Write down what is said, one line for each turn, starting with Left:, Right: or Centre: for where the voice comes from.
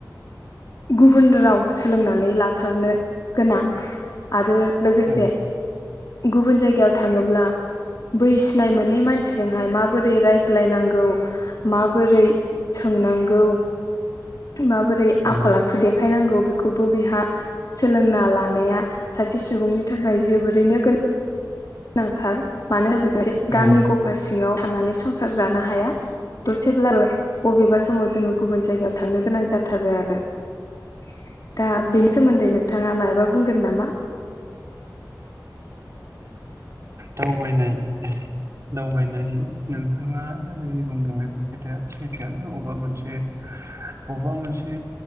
Left: गुबुन राव सोलोंनानै लाथारनो गोनां आरो लोगोसे
Right: औ
Left: गुबुन जायगायाव थाङोब्ला बै सिनाय मोनै मानसिजोंहाय माबोरै रायज्लायनांगौ माबोरै सोंनांगौ माबोरै आखल
Right: औ
Left: आखु दे खायनांगौ बेखौबो बेहा सोलोंना लानाया सासे सुबुंनि थाखाय जोबोरैनो गो गोनांथार मानो होनोब्ला जों
Right: औ
Left: गामि गफासि सिङाव थानानै संसार जानो हा हाया दसेब्लाबो बबेबा समाव जोङो गुबुन जायगायाव थांनो गोनां जाथारो आरो <inaudible> दा बेनि सोमोन्दै नोंथाङा माब माबा बुंगोन नामा?
Right: दावबायनाय दावबायनाय नोंथाङा जि बुंदों बेफोर खोथाया सैथोआनो बबेबा मोनसे बबेबा मोनसे